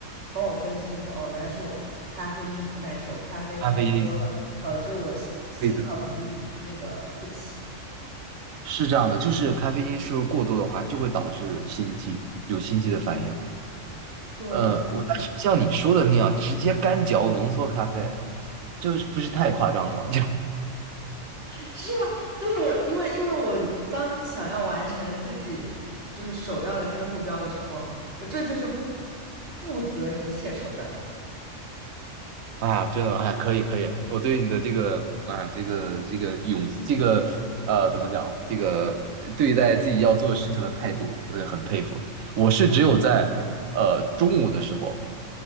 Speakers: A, on the right; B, on the right.
A: 帮我分析，就说哦，原来是我咖啡因不耐受，咖啡太多了，
B: 咖啡因。
A: 导致我心心跳频率那个不齐。
B: 对是这样的，就是咖啡因摄入过多的话，就会导致心悸，有心悸的反应。
A: 对，
B: 呃，我但是像你说的那样，直接干嚼浓缩咖啡，就是不是太夸张了吗？<laughs> 就
A: 是吧？但是我因为因为我当想要完成自己就是首要的那个目标的时候，我这就是不择一切手段。
B: 啊，真的，哎，可以可以，我对你的这个啊，这个这个勇，这个呃，怎么讲，这个对待自己要做的事情的态度，呃，很佩服。我是只有在呃中午的时候，